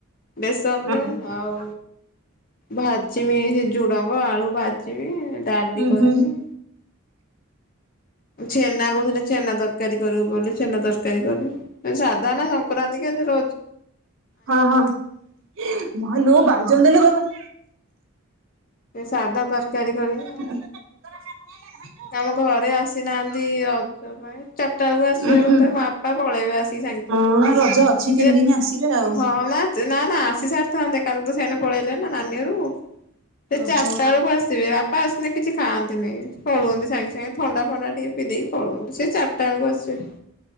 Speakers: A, on the left (about 40°); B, on the right (about 65°).
A: ବେସନ୍
B: ହଁ
A: ରେ ଆଉ ଭାଜିମି ସେ ଝୁଡ଼ଙ୍ଗ, ଆଳୁ ଭାଜିମି ଡାଲି
B: ଉଁ
A: କରିମି
B: ହୁଁ
A: ଛେନା କହୁଥିଲେ ଛେନା ତରକାରୀ କରିବୁ ବୋଲି, ଛେନା ତରକାରୀ କରିବୁ। ସାଧ ନା ସଂକ୍ରାନ୍ତି କାଲି ରଜ
B: ହଁ ହଁ ଏଁ ମାଲୋ ବାଲିଜନ୍ଦା ଲୋ ବାବା।
A: ସେ ସାଧା ତରକାରୀ କରିବି।
B: ଭ।
A: ଆଉ।
B: <unintelligible>
A: ଆମ ଘରେ ଆସିନାହାନ୍ତି ରଜ ପାଇଁ ଚାରିଟା ବେଳକୁ ଆସିବେ
B: ଉଁ ହୁଁ
A: ବୋଧେ, ଟ ବାପା ପଳେଇବେ ଆସିକି ସାଙ୍ଗ ସାଙ୍ଗ।
B: ହଁ ରଜ ଅଛି। ତିନି
A: ସେ
B: ଦିନ ଆସିବେ ଆଉ
A: ହଁ ନା ନା ନା ଆସି ସାରିଥାନ୍ତେ କାଲି ତ ସେଣେ ପଳେଇଲେ ନା ନାନୀ ଘର କୁ। ସେ
B: ଓହୋ
A: ଚାରିଟା ବେଳକୁ ଆସିବେ ବା ପା ଆସନାେ କିଛି ଖାଆନ୍ତି ନାହିଁ। ପଳୁଅନ୍ତି ସାଙ୍ଗେ ସାଙ୍ଗେ ଥଣ୍ଡା ଫଣ୍ଡା ଟିକେ ପିଧେଇକି ପଳୁଅନ୍ତି। ସେ ଚାରଟା ବଳକୁ ଆସିବେ।